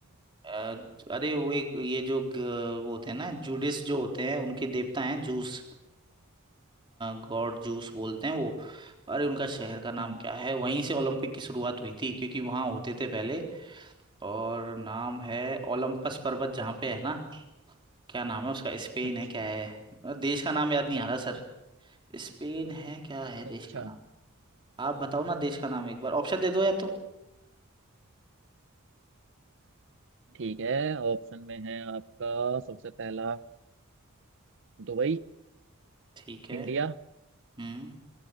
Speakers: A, on the right; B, on the right.
A: आ, अरे वो एक ये जो ग- वो होते हैं ना जूडिस जो होते हैं उनके देवता हैं जूस गॉड जूस बोलते हैं वो अरे उनका शहर का नाम
B: हम्म,
A: क्या है वहीं से ओलंपिक की शुरुआत हुई थी क्योंकि वहाँ होते थे पहले और नाम है ओलंपस पर्वत जहाँ पे है ना क्या नाम है उसका स्पेन
B: अच्छा
A: है क्या है देश का नाम याद नहीं आ रहा सर स्पेन है क्या है देश
B: अच्छा
A: का नाम आप बताओ ना देश का नाम एक बार ऑप्शन दे दो या तो
B: ठीक है ऑप्शन में है आपका सबसे पहला अ, दुबई
A: ठीक है
B: इंडिया
A: हम्म